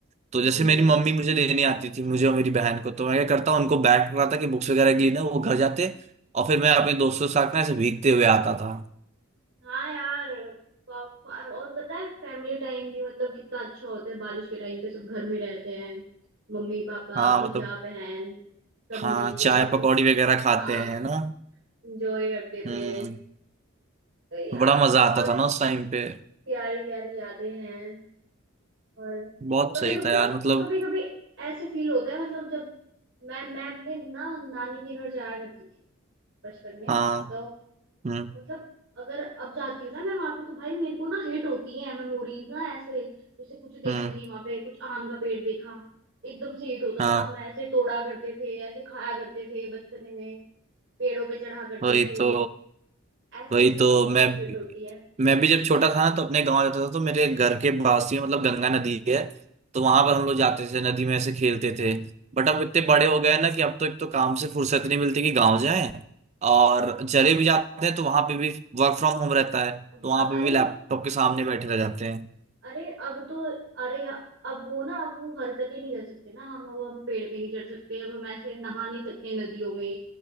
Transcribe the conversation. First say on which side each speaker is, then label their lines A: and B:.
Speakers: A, on the right; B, on the right.
A: तो
B: हम्म
A: जैसे मेरी
B: हम्म।
A: मम्मी मुझे लेने आती थी मुझे और मेरी बहन को तो मैं क्या करता उनको बैग पकड़ाता कि बुक्स वगैरह के लिए ना वो घर जाते और फिर मैं अपने दोस्तों के साथ ना ऐसे भीगते हुए आता था
B: हाँ यार प- प- और पता है फैमिली टाइम भी मतलब कितना अच्छा होता है बारिश के टाइम पे सब घर में रहते हैं मम्मी पापा
A: हाँ
B: भैया
A: मतलब
B: बहन सब
A: हाँ
B: मिलके
A: चाय पकौड़ी
B: फिर
A: वगैरह खाते
B: हाँ
A: हैं ना
B: एंजॉय करते
A: हम्म
B: थे तो यार
A: बड़ा मजा
B: बहुत
A: आता था ना उस टाइम पे
B: प्यारी प्यारी यादें हैं और
A: बहुत
B: कभी
A: सही
B: कभी
A: था
B: तो
A: यार मतलब
B: कभी कभी ऐसे फील होता है मतलब जब मैं मैं अपने ना नानी के घर जाया करती थी बचपन में
A: हाँ
B: तो
A: हम्म
B: मतलब अगर अब जाती हूँ ना मैं वहां पे तो भाई मेरे को ना हिट होती है मेमोरीज ना ऐसे जैसे कुछ देखूंगी
A: हम्म
B: वहां पे कुछ आम का पेड़ देखा एकदम से हिट होता
A: हाँ
B: था हम ऐसे तोड़ा करते थे ऐसे खाया करते थे बचपने में पेड़ों पे चढ़ा करते
A: वही
B: थे
A: तो
B: ऐसे
A: वही
B: ऐसे
A: तो
B: मेमोरीज
A: मैं
B: हिट होती है
A: मैं भी जब छोटा था ना तो अपने गांव जाता था तो मेरे घर के पास ही मतलब गंगा नदी है तो वहां पर हम लोग जाते थे नदी में ऐसे खेलते थे बट अब इतने बड़े हो गए हैं ना कि अब तो एक तो काम से फुर्सत नहीं मिलती कि गांव जाएं और चले भी जाते हैं तो वहां पे भी वर्क फ्रॉम होम रहता है
B: अब
A: तो
B: वह-
A: वहां पे
B: अरे
A: भी लैपटॉप के सामने बैठे रह जाते हैं
B: अरे अब तो अरे या- अब वो ना अब वो हरकत ही नहीं कर सकते ना हम अब हम पेड़ पे नहीं चढ़ सकते अब हम ऐसे नहा नहीं सकते नदियों में